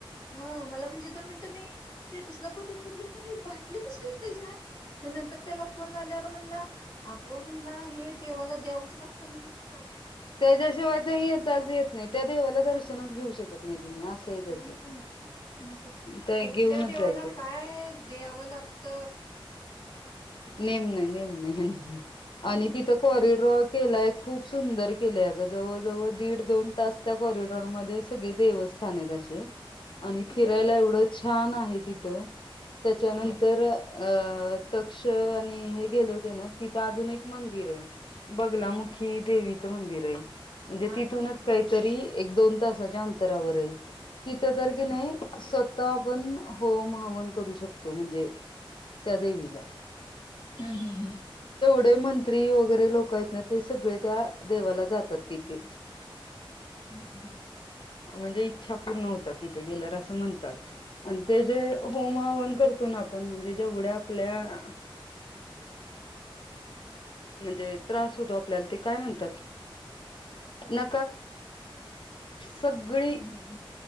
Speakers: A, on the left (about 45°); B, on the left (about 60°).
A: ह मला म्हणजे दोन मिनटं मी स्टेटसला फोटो बघितलं तर मला हे बाटली कसली त्याच्यात मग नंतर त्याला फोन लावल्यावर म्हणला अगं म्हणला हे देवाला द्यावंचं लागत म्हणजे ति
B: त्याच्याशिवाय ते येताच येत नाही त्या देवाला दर्शनच घेऊ शकत नाही तुम्ही असं आहे त्याचं
A: हम्म म्हणजे
B: ते
A: कुठल्या
B: घेऊनच
A: देवाला
B: जायचं
A: काय द्यावं लागत
B: नेम नाही नेम नाही
A: हम्म
B: आणि तिथं कॉरिड्रा केलाय खूप सुंदर केले अग जवळजवळ दीड दोन तास त्या कॉरिडॉरमध्ये सगळे देवस्थान आहेत असे. आणि फिरायला
A: होय
B: एवढं छान छान आहे तिथं त्याच्यानंतर
A: हम्म
B: अ तक्ष आणि हे गेले होते ना तिथे अजून एक मंदिर आहे. बगलामुखी देवीचं मंदिर. <unintelligible> म्हणजे
A: हा
B: तिथूनच
A: हा हा
B: काहीतरी एक दोन तासाच्या अंतरावर आहे. तिथं तर
A: हम्म
B: की नाही स्व -तः आपण होम हवन करू शकतो म्हणजे? त्या देवीला
A: हम्म हम्म हम्.
B: जेवढे मंत्री वगैरे लोक आहेत ना ते सगळे त्या देवाला जातात तिथे.
A: हम्म.
B: म्हणजे इच्छा पूर्ण होतात तिथे गेल्यावर असं म्हणतात. आणि ते जे
A: होय
B: होम हवन करत आपण म्हणजे ्या आपल्या म्हणजे त्र होत आपल्याला काय म्हणतात्म सगळी
A: हम्म हम्म